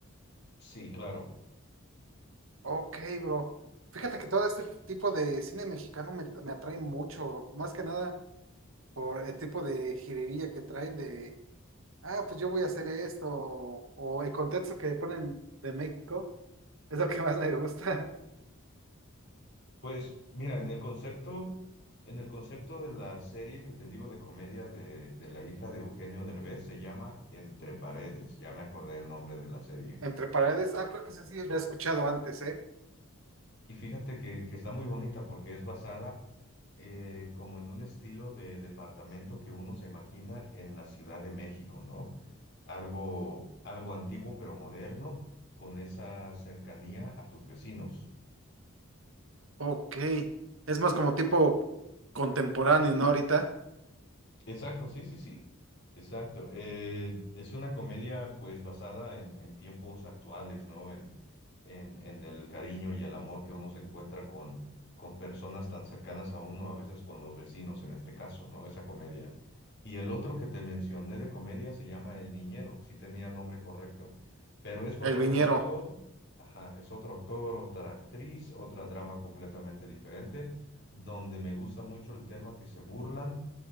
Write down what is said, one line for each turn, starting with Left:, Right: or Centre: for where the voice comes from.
Left: Sí, claro.
Right: Ok, bro. Fíjate que todo este tipo de cine mexicano me, me atrae mucho, bro. Más que nada por el tipo de jiribilla que traen de, ah, pues yo voy a hacer esto, o, o el contexto que ponen de México, es lo que más me gusta.
Left: Pues mira, en el concepto, en el concepto de la serie que te digo de comedia de, de la hija de Eugenio Derbez se llama Entre Paredes, ya me acordé el nombre de la serie.
Right: <laughs> Entre paredes, ah, creo que ese sí lo he escuchado antes, ¿eh?
Left: Y fíjate que, que está muy bonita porque es basada eh, como en un estilo de departamento que uno se imagina en la Ciudad de México, ¿no? Algo, algo antiguo pero moderno, con esa cercanía a tus vecinos.
Right: Ok, es más como tipo contemporáneo, ¿no? Ahorita,
Left: Exacto, sí, sí, sí, exacto. Eh, es una comedia pues basada en, en tiempos actuales, ¿no? En, en, en el cariño y el amor que uno se encuentra con, con personas tan cercanas a uno, a veces con los vecinos en este caso, ¿no? Esa comedia. Y el otro que te mencioné de comedia se llama El Niñero, sí tenía el nombre correcto, pero es con
Right: el
Left: otro
Right: viñero.
Left: actor, ajá, es otro actor, otra actriz, otra trama completamente diferente, donde me gusta mucho el tema que se burlan